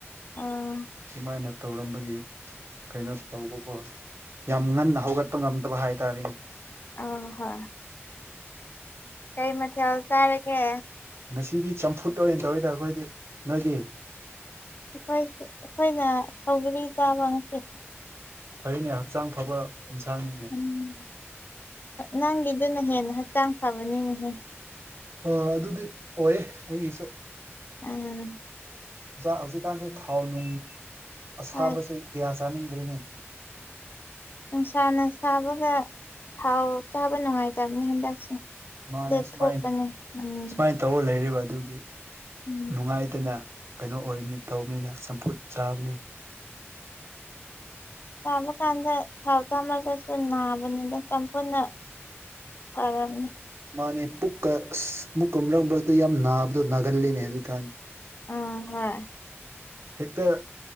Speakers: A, on the left; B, on the right.
A: ꯑꯣ
B: ꯁꯨꯃꯥꯏꯅ ꯇꯧꯔꯝꯕꯒꯤ ꯀꯩꯅꯣ ꯇꯧꯕꯀꯣ ꯌꯥꯝ ꯉꯟꯅ ꯍꯧꯒꯠꯄ ꯉꯝꯗꯕ ꯍꯥꯏ ꯇꯔꯦ
A: ꯑꯡ ꯍꯣꯏ ꯀꯩ ꯃꯊꯦꯜ ꯆꯔꯥꯒꯦ
B: ꯁꯤꯗꯤ ꯆꯝꯐꯨꯠ ꯑꯣꯏꯅ ꯇꯧꯏꯗ ꯑꯩꯈꯣꯏꯗꯤ ꯅꯣꯏꯗꯤ
A: ꯑꯩꯈꯣꯏ ꯑꯩꯈꯣꯏꯅ ꯁꯧꯒꯔꯤ ꯆꯥꯕ ꯉꯁꯦ
B: ꯐꯩꯅꯦ ꯍꯛꯆꯥꯡ ꯐꯕ ꯏꯟꯁꯥꯡꯅꯤꯅꯦ
A: ꯎꯝ ꯅꯪꯒꯤꯗꯨꯅ ꯍꯦꯟꯅ ꯍꯛꯆꯥꯡ ꯐꯕꯅꯤꯅꯦꯍꯦ
B: ꯑ ꯑꯗꯨꯗꯤ ꯑꯣꯏꯌꯦ ꯑꯩꯒꯤꯁꯨ
A: ꯑꯥ
B: ꯑꯣꯖꯥ ꯍꯧꯖꯤꯛꯀꯥꯟꯁꯦ ꯊꯥꯎ ꯅꯨꯡ ꯑꯁꯥꯕꯁꯦ
A: ꯍꯣꯏ
B: ꯀꯌꯥ ꯆꯥꯅꯤꯡꯗ꯭ꯔꯦꯅꯤ
A: ꯁꯥꯥꯅ ꯁꯥꯕꯒ ꯊꯥꯎ ꯆꯥꯕ ꯅꯨꯡꯉꯥꯏꯇꯕꯅꯤ ꯍꯟꯗꯛꯁꯦ
B: ꯃꯥꯅꯦ
A: ꯂꯦꯛꯊꯣꯛꯄꯅꯦ
B: ꯁꯨꯃꯥꯏꯅ
A: ꯎꯝ
B: ꯁꯨꯃꯥꯏꯅ ꯇꯧ ꯂꯩꯔꯤꯕ ꯑꯗꯨꯒꯤ
A: ꯎꯝ
B: ꯅꯨꯡꯉꯥꯏꯇꯅ ꯀꯩꯅꯣ ꯑꯣꯏꯕꯅꯤ ꯇꯧꯕꯅꯤꯅ ꯆꯝꯐꯨꯠ ꯆꯥꯕꯅꯦ <inaudible>
A: ꯆꯥꯕ ꯀꯥꯟꯗ ꯊꯥꯎ ꯊꯥꯝꯃꯒꯁꯨ ꯅꯥꯕꯅꯤꯅ ꯃꯇꯝ ꯄꯨꯟꯅ ꯑꯔꯝ
B: ꯃꯥꯅꯦ ꯄꯨꯛꯀ ꯃꯨꯛꯀ ꯃꯔꯛ ꯃꯔꯛꯇ ꯌꯥꯝ ꯅꯥꯕꯗꯣ ꯅꯥꯒꯜꯂꯤꯅꯦ ꯍꯧꯖꯤꯛꯀꯥꯟ
A: ꯑ ꯍꯣꯏ
B: ꯍꯦꯛꯇ